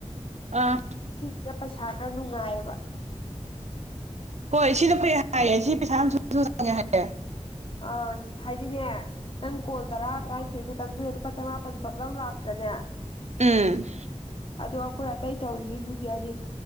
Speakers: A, on the right; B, on the left.
A: ꯑ
B: ꯁꯤꯁꯤꯅ ꯄꯩꯁꯥ ꯈꯔ ꯅꯨꯡꯉꯥꯏꯌꯦꯕ
A: ꯍꯣꯏ ꯁꯤꯗ ꯐꯩ ꯍꯥꯏꯌꯦ ꯁꯤ ꯄꯩꯁꯥ ꯑꯃꯁ ꯁꯁꯨ ꯆꯪꯉꯦ ꯍꯥꯏꯌꯦ
B: ꯑ ꯍꯥꯏꯗꯤꯅꯦ ꯅꯪ ꯀꯣꯜ ꯇꯔꯥ ꯇꯔꯥꯅꯤꯊꯣꯏ ꯈꯛꯇꯪꯗꯨꯗ ꯂꯨꯄꯥ ꯆꯃꯥꯄꯜꯟ ꯕꯛ ꯂꯧꯎ ꯂꯥꯛꯇ꯭ꯔꯅꯦ
A: ꯎꯝ
B: ꯑꯗꯣ ꯑꯩꯈꯣꯏ ꯑꯇꯩ ꯇꯧꯔꯤꯁꯤꯡꯗꯨꯗꯤ ꯍꯥꯏꯗꯤ